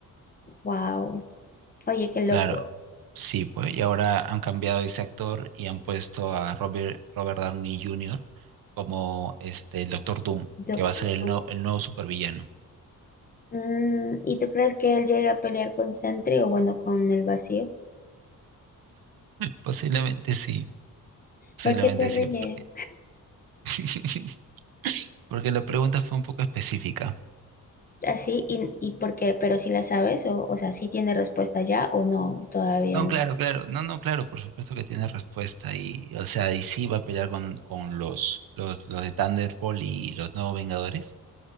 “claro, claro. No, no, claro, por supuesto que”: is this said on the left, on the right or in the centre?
Right